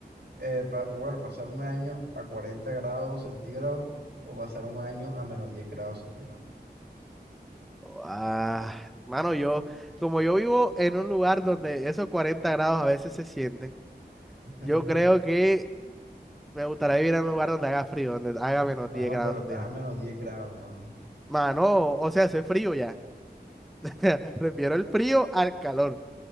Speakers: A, on the right; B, in the centre.
A: eh, pa- o bueno, pasar un año a 40 grados centígrados o pasar un año a menos 10 grados centígrados?
B: Ah, mano, yo, como yo vivo en un lugar donde esos 40 grados a veces se sienten,
A: <laughs>
B: yo creo que me gustaría vivir en un lugar donde haga frío, donde haga menos
A: Mano,
B: 10 grados
A: pero estás
B: centígrados.
A: a menos 10 grados, mano.
B: Mano, o sea, hace frío ya. <laughs> Prefiero el frío al calor.